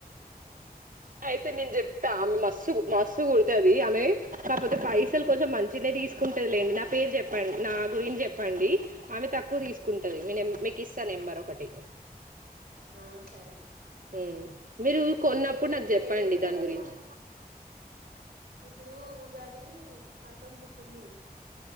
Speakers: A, on the right; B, on the right.
A: అయితే నేను చెప్తా ఆమె మస్సు మస్సు గుడుతుది ఆమె కాకపోతే పైసలు కొంచెం మంచినే తీసుకుంటది లేండి నా పేరు చెప్పండి నా గురించి చెప్పండి ఆమె తక్కువ తీసుకుంటది
B: ఉమ్
A: మీ నే మీకు ఇస్తా నంబర్ ఒకటి
B: ఆ సరే
A: ఆ మీరు కొన్నప్పుడు
B: ఏ
A: నాకు చెప్పండి
B: ఏ డేట్ లో
A: దాని
B: వెళ్దాం
A: గురించి
B: ఇప్పుడు ఉగాది పంతొమ్మిదికి ఉంది